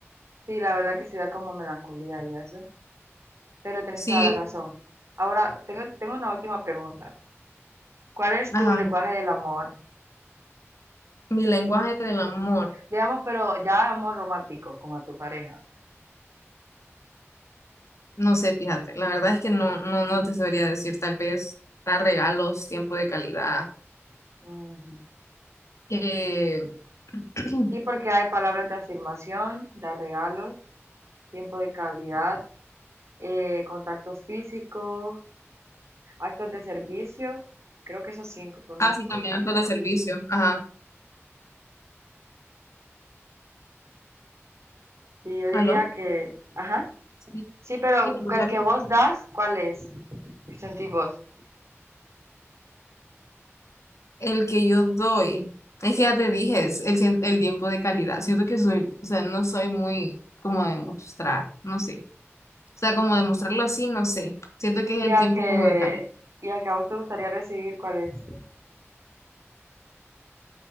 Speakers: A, on the right; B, on the left.
A: Sí, la verdad que sí da como melancolía y eso, pero tenés
B: Sí,
A: toda la razón. Ahora, tengo, tengo una última pregunta. ¿Cuál es
B: ajá,
A: tu lenguaje del amor?
B: mi lenguaje del amor,
A: Digamos, pero ya amor romántico, como a tu pareja.
B: no sé, fíjate, la verdad es que no, no, no te sabría decir, tal vez dar regalos, tiempo de calidad,
A: Ujú.
B: que, <clears throat>
A: Sí, porque hay palabras de afirmación, dar regalos, tiempo de calidad, eh, contacto físico, actos de servicio. Creo que esos cinco conozco.
B: ah, sí, también actos de servicio, ajá,
A: Sí, yo diría
B: ¿aló?
A: que, ajá.
B: Sí,
A: Sí, pero
B: sí, ¿me escuchas
A: el que
B: bien?
A: vos das, ¿cuál es? Sentí vos.
B: El que yo doy, es que ya te dije, es el, cien- el tiempo de calidad. Siento que soy, o sea, no soy muy como de mostrar, no sé. O sea, como demostrarlo así, no sé. Siento que es
A: Y
B: el
A: al
B: tiempo
A: que,
B: como de calidad,
A: y al que a vos te gustaría recibir, ¿cuál es?